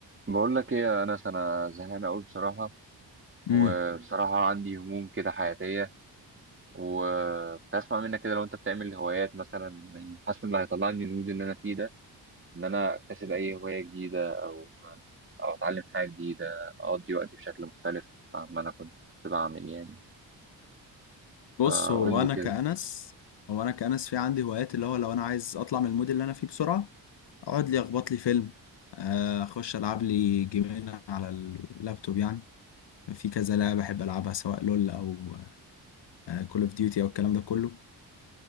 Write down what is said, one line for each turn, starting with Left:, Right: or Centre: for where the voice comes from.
Right: بقول لك ايه يا انس انا زهقان قوي بصراحه وبصراحه
Left: امم
Right: عندي هموم كده حياتيه وكنت اسمع منك كده لو انت بتعمل هوايات مثلا يعني حاسس ان اللي هيطلعني المود اللي انا فيه ده ان انا اكتسب اي هوايه جديده او او اتعلم حاجه جديده اقضي وقتي بشكل مختلف عما انا كنت بعمل يعني
Left: بص
Right: فقول
Left: هو
Right: لي
Left: انا
Right: كده
Left: كأنس هو انا كأنس في عندي هوايات اللي هو لو انا عايز اطلع من المود اللي انا فيه بسرعة اقعد لي اخبط لي فيلم آه، اخش العب لي جيمين على اللابتوب يعني في كذا لعبة بحب العبها سواء لول او كول اوف ديوتي او الكلام ده كله